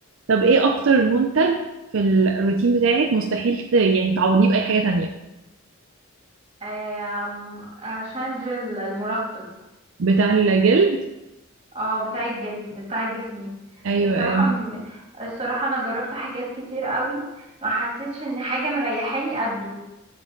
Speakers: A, on the right; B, on the right.
A: طب ايه اكتر منتج في الروتين بتاعك مستحيل ت... يعني تعوضيه بأي حاجة تانية
B: آم، عشان جل المرطب
A: بتاع الجلد
B: اه بتاع الجلد بتاع جسمي
A: ايوه
B: الصراحه
A: ايوه
B: م- الصراحه انا جربت حاجات كتير قوي ما حسيتش ان حاجه مريحاني قده